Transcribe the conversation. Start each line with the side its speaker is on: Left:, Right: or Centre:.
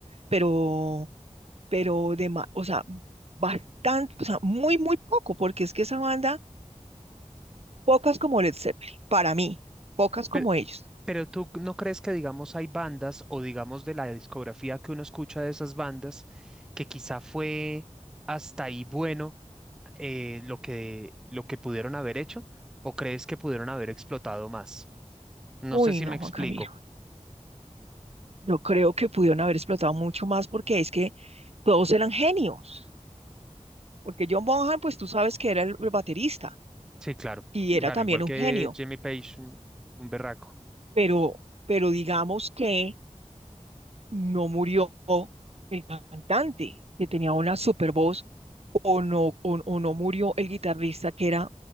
Right: pero, pero de ma- o sea, bastante, o sea, muy, muy poco, porque es que esa banda, pocas como Led Zeppelin, para mí, pocas como
Centre: Pero,
Right: ellos.
Centre: pero tú no crees que, digamos, hay bandas o, digamos, de la discografía que uno escucha de esas bandas que quizá fue hasta ahí bueno eh, lo que, lo que pudieron haber hecho o crees que pudieron haber explotado más. No
Right: Uy,
Centre: sé si
Right: no,
Centre: me explico.
Right: Juan Camilo, yo creo que pudieron haber explotado mucho más porque es que todos eran genios, porque John Bonham, pues tú sabes que era el, el baterista
Centre: Sí, claro,
Right: y
Centre: claro,
Right: era también
Centre: igual que
Right: un genio,
Centre: Jimmy Page, un, un berraco.
Right: pero, pero digamos que no murió el cantante que tenía una super voz o no, o, o no murió el guitarrista que era